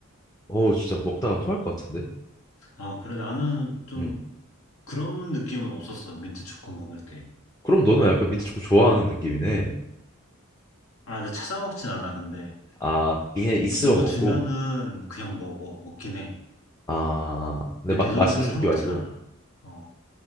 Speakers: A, on the left (about 15°); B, on the left (about 70°).
A: 어 진짜 먹다가 토할 것 같은데
B: 아, 그래 나는 좀
A: 음
B: 그런 느낌은 없었어. 민트 초코 먹을 때.
A: 그럼 너는 약간 민트 초코 좋아하는 느낌이네
B: 아, 근데 찾아 먹진 않아. 근데
A: 아 이게 있으면
B: 누가
A: 먹고
B: 주면은 그냥 먹어. 먹긴 해.
A: 어 아 근데
B: 근데
A: 막
B: 내 돈으로
A: 맛있는
B: 사
A: 느낌
B: 먹진
A: 아니고
B: 않아. 어,